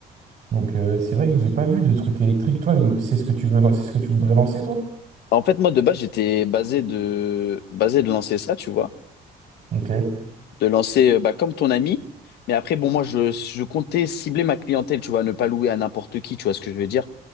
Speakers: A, on the right (about 45°); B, on the left (about 75°).
A: Donc, euh, c'est vrai que j'ai pas vu de trucs électriques. Toi, c'est ce que tu veux, lan- c'est ce que tu voudrais lancer, toi?
B: En fait moi de base j'étais basé de basé de lancer ça, tu vois,
A: Ok,
B: de lancer euh, bah, comme ton ami mais après bon moi je je comptais cibler ma clientèle, tu vois, ne pas louer à n'importe qui, tu vois ce que je veux dire?